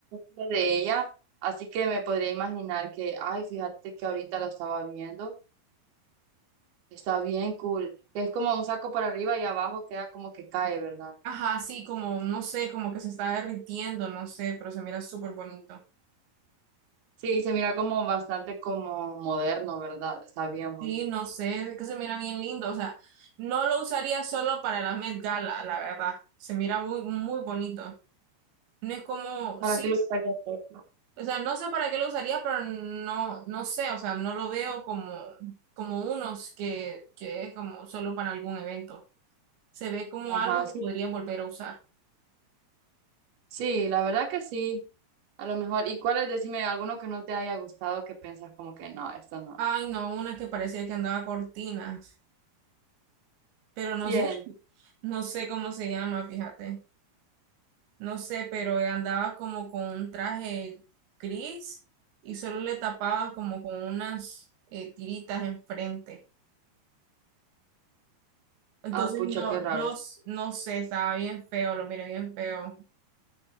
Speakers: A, on the right; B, on the right.
A: menos de ella, así que me podría imaginar que, ay, fíjate que ahorita lo estaba viendo, está bien cool, que es como un saco por arriba y abajo queda como que cae, ¿verdad?
B: ajá, sí, como, no sé, como que se está derritiendo, no sé, pero se mira súper bonito.
A: Sí, y se mira como bastante como moderno, ¿verdad? Está bien bonito.
B: Sí, no sé, es que se mira bien lindo, o sea, no lo usaría solo para la Met Gala, la verdad, se mira muy, muy bonito. No es como,
A: ¿Para
B: sí,
A: qué lo estaría haciendo?
B: o sea, no sé para qué lo usaría, pero no, no sé, o sea, no lo veo como, como unos que, que es como solo para algún evento. Se ve como
A: Ajá,
B: algo que
A: sí,
B: podría volver a usar.
A: sí, la verdad que sí, a lo mejor. ¿Y cuál es? Decime alguno que no te haya gustado que piensas como que no, esto no.
B: Ay, no, una que parecía que andaba cortinas, pero no
A: ¿Quién?
B: sé, <laughs> no sé cómo se llama, fíjate. no sé, pero andaba como con un traje gris y solo le tapaba como con unas eh, tiritas enfrente. Entonces
A: Ah, pucha,
B: no,
A: qué raro.
B: no, s- no sé, estaba bien feo, lo miré bien feo.